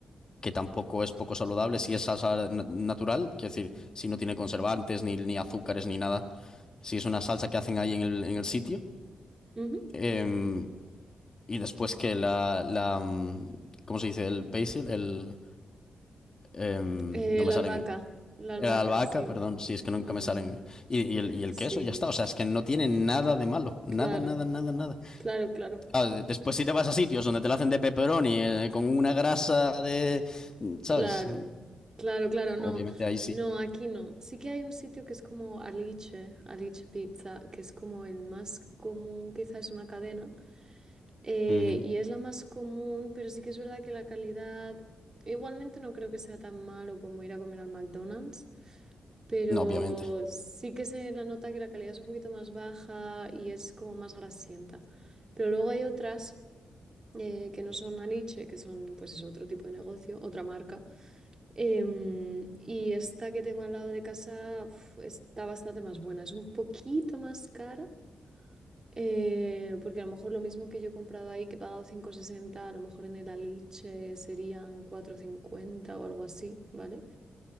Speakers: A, on the left (about 35°); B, on the right (about 30°).
A: que tampoco es poco saludable, si es salsa na- natural, quiero decir, si no tiene conservantes, ni, ni azúcares, ni nada, si es una salsa que hacen ahí en el, en el sitio.
B: ujú.
A: Em, y después que la, la, mm, ¿cómo se dice? El basil, el, em,
B: Eh,
A: no me
B: la
A: salen,
B: albahaca, la albahaca,
A: eh, la albahaca,
B: sí.
A: perdón, si es que nunca
B: Mm,
A: me salen, y, y el, y el
B: sí,
A: queso, ya está, o sea, es que no tiene nada de malo, nada,
B: claro,
A: nada, nada, nada.
B: claro, claro.
A: Ah, de- después si te vas a sitios donde te la hacen de pepperoni, eh, con una grasa de, ¿sabes?
B: Claro, claro, claro, no,
A: Obviamente ahí sí.
B: no, aquí no. Sí que hay un sitio que es como Alice, Alice Pizza, que es como el más común, quizás es una cadena, eh,
A: Ujú.
B: y es la más común, pero sí que es verdad que la calidad, igualmente no creo que sea tan malo como ir a comer al McDonald's, pero
A: No, obviamente,
B: sí que se la nota que la calidad es un poquito más baja y es como más grasienta. Pero luego hay otras eh, que no son Alice, que son pues es otro tipo de negocio, otra marca Em, y esta que tengo al lado de casa uf, está bastante más buena. Es un poquito más cara, eh, porque a lo mejor lo mismo que yo he comprado ahí, que he pagado cinco coma sesenta a lo mejor en el Aliche serían cuatro coma cincuenta o algo así, ¿vale?